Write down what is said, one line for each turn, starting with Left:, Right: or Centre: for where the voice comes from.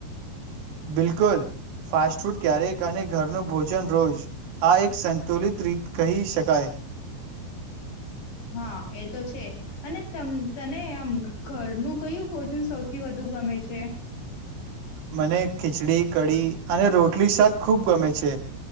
Right: બિલકુલ ફાસ્ટફૂડ ક્યારેક અને ઘરનું ભોજન રોજ આ એક સંતુલિત રીત કહી શકાય.
Left: હા એ તો છે. અને તને આમ ઘરનું કયું ભોજન સૌથી વધુ ગમે છે?
Right: મને ખીચડી કઢી અને રોટલી શાક ખુબ ગમે છે.